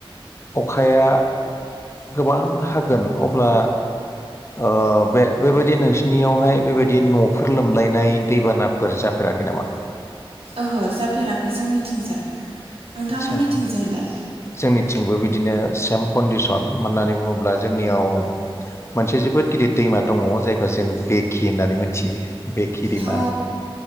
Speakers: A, on the left; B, on the right.
A: अखाया गोबां हागोन अब्ला ओ बे बेबायदि नोंसिनियावहाय बेबायदि नफोर लोमलायनाय दैबानाफोर जाफे राखै नामा
B: ओहो जाफेराखै जोंनिथिंजाय नोंथांमोननिथिंजायलाय
A: आदसा जोंनिथिंबो बिदिनो सेम कन्दिसन मानोनानै बुङोब्ला जोंनियाव मोनसे जोबोद गिदिर दैमा दङ जायखौ जों बेखि होननानै मोनथियो बेखि दैमा
B: औ।